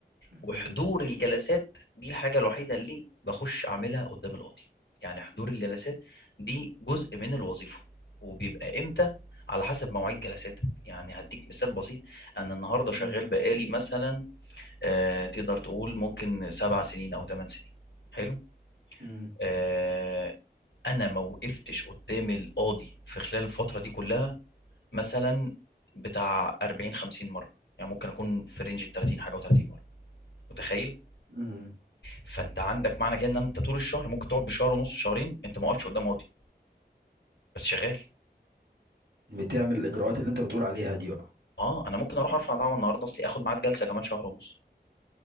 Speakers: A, on the left; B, on the right.
A: وحضور
B: مم.
A: الجلسات دي الحاجه الوحيده اللي بخش اعملها قدام القاضي يعني حضور الجلسات دي جزء من الوظيفه وبيبقى امتى على حسب مواعيد جلساتك يعني هديك مثال بسيط انا النهارده شغال
B: مم.
A: بقالي مثلا آه، تقدر تقول ممكن سبع سنين او ثمان سنين حلو
B: مم.
A: آه، انا ما وقفتش قدام القاضي في خلال الفتره دي كلها مثلا بتاع 40 50 مره يعني ممكن اكون في رينج ال 30 حاجه و30 مره متخيل
B: مم.
A: فانت عندك معنى كده ان انت طول الشهر ممكن تقعد بشهر ونص شهرين انت ما وقفتش قدام قاضي بس شغال
B: بتعمل الإجراءات اللي أنت بتقول عليها دي بقى
A: اه انا ممكن اروح ارفع دعوه النهارده اصلي اخد ميعاد جلسه كمان شهر ونص